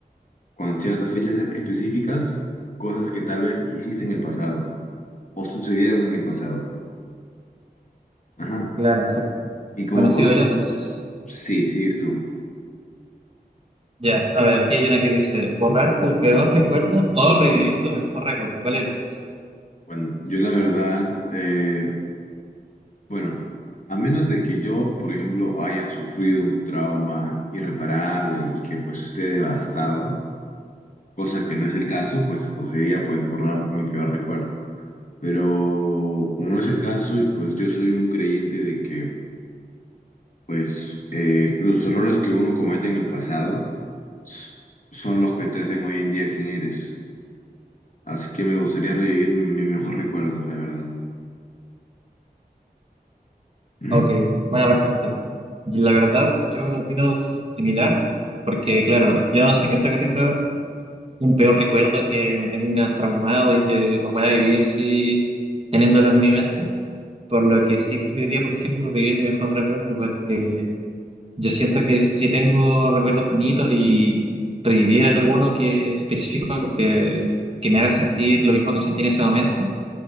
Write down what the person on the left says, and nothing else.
con ciertas fechas específicas, cosas que tal vez hiciste en el pasado o sucedieron en el pasado. Ajá.
Y como
puedo,
sí, sigues tú.
Bueno, yo la verdad... eh, Bueno, a menos de que yo, por ejemplo, haya sufrido un trauma irreparable y que pues esté devastado, cosa que no es el caso, pues escogería pues borrar mi peor recuerdo. Pero como no es el caso y pues yo soy un creyente de que pues eh, los errores que uno comete en el pasado s- son los que te hacen hoy en día quien eres. Así que me gustaría revivir mi mi mejor recuerdo, la verdad. Ujú.